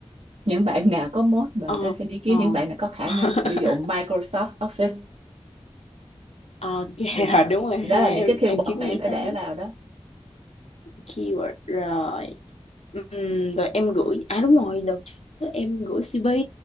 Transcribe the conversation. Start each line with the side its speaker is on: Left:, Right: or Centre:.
Right: những bạn nào có mốt mà
Left: Ờ,
Right: người ta sẽ đi kiếm
Left: ờ.
Right: những bạn nào có khả
Left: <laughs>
Right: năng sử dụng Microsoft Office
Left: Ờ, kìa, <laughs>
Right: thì,
Left: đúng rồi ha
Right: thì đó là
Left: em
Right: những cái keyword
Left: em chưa có
Right: mà
Left: nghĩ
Right: em phải
Left: tới
Right: để vào đó
Left: keyword rồi Ừm, rồi em gửi à đúng rồi đợt trước em gửi CV